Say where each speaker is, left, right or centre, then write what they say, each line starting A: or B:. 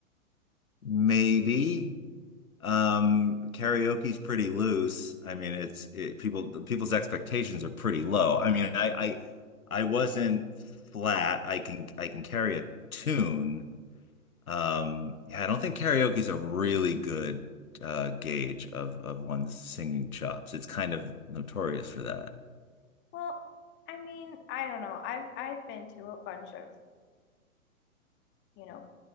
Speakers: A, on the left (about 75°); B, on the left (about 25°).
A: Maybe. Um, karaoke's pretty loose. I mean, it's it, people the people's expectations are pretty low. I mean, I I I wasn't flat. I can I can carry a tune. Um, yeah, I don't think karaoke's a really good uh gauge of of one's singing chops. It's kind of notorious for that.
B: Well, I mean, I don't know. I've I've been to a bunch of, you know,